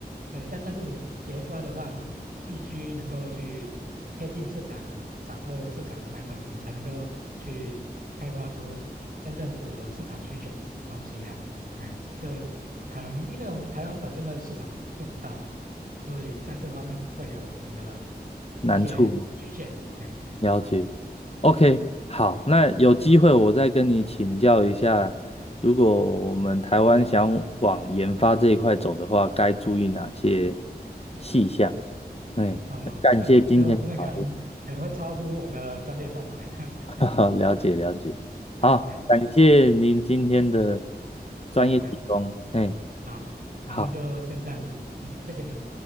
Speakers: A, on the right (about 55°); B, on the left (about 35°).
A: 对，但但是你研发的话，你必须能够去贴近市场，掌握市场的脉动，你才能够去开发出真正符合市场需求的东西啊。哎，这可能因为我们台湾本身的市场并不大，所以在这方面会有我们的
B: 难处。
A: 一些局限的。哎，
B: 了解，OK，
A: 嗯，
B: 好，那有机会我再跟你请教一下，如果我们台湾想往研发这一块走的话，该注意哪些细项？哎，
A: 那我这这方面可能可能会超乎我的专业范围了。
B: 感谢今天的讨论，
A: <laughs>
B: <laughs> 哈哈，了解了解，好，
A: 哎，
B: 感谢您今天的专业提供，
A: 不会不会，
B: 哎，
A: 好，好，
B: 好。
A: 那就先这样子。嗯，谢谢您。